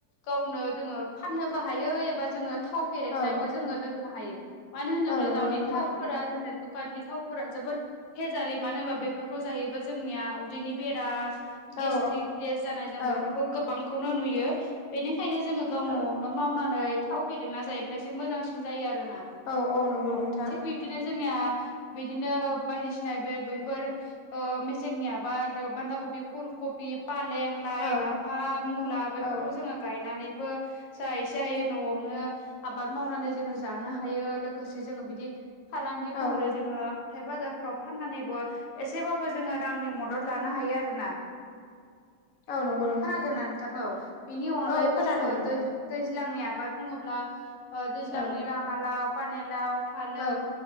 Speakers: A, on the left; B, on the left.
A: गावनो जोङो फाननोबो हायो एबा जोङो थाव फेरेदनाबो
B: औ
A: जोङो लोंनो हायो मानो होनोब्ला
B: औ नंगौ
A: दाउनि
B: नोंथां
A: थावफोरा जोंनो दु‌ खाननि थावफोरा जोबोद पेजालि मानो होनबा बेफोरखौ जायोबा जोंनिया उदैनि बेराम
B: औ
A: गेस्ट्रिक गेस जानाय जों
B: औ
A: बेफोरखौ गोबांखौनो नुयो बेनि खायनो जोङो गाव
B: औ
A: नआवनो मावनानै थाव फेरेदना जायोब्लासो मोजांसिन जायो आरो ना
B: औ नंगौ
A: औ
B: नोंथां
A: थिग बिबदिनो जों ना बिदिनो बायदिसिना बे बेफोर ओ मे सेंनि आबाद बान्दाकबि फुलकबि फालें लाइ
B: औ
A: लाफा मुला बैफोरखौ
B: औ
A: जोङो गायनानै बो जा एसे हायो नआवनो आबाद मावनानै जोङो जानो हायो लोगोसे जोङो बिदि फालांगि
B: औ
A: महरै जोङो हाथाय बाजारफोराव फाननानैबो एसेबाबो जोङो रांनि मदद लानो हायो आरोना
B: औ नंगौ
A: । खोनादोंना नोंथां औ बेनि अनगायैबो
B: औ खोनादों
A: जोङो दै
B: नोंथां
A: दै दैज्लांनि आबाद बुङोब्ला ओ दैज्लांनि
B: औ
A: राङालाव पानेलाव। फालौ
B: औ